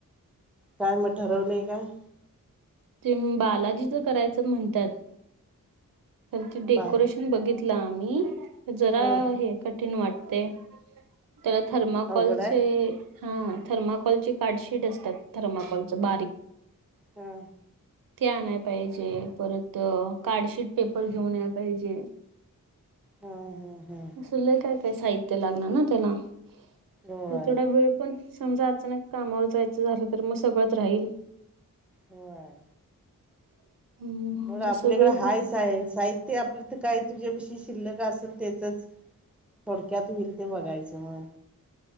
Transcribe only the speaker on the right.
ते बालाजीच करायचं म्हणतात. तर ते डेकोरेशन.
बघितलं आम्ही जरा
हे कठीण वाटते. त्याला थर्माकॉलचे.
हा थर्माकॉलची कार्डशीट असतात. थर्माकॉलचे बारीक.
ते आणाय पाहिजे. परत कार्डशीट पेपर घेऊन याला पाहिजे.
असं लै काय काय साहित्य लागणार. ना त्याला आणि
थोडा वेळ पण. समजा अचानक कामावर जायचं झालं, तर मग सगळंच राहील.
<inaudible>
जसं
वेळ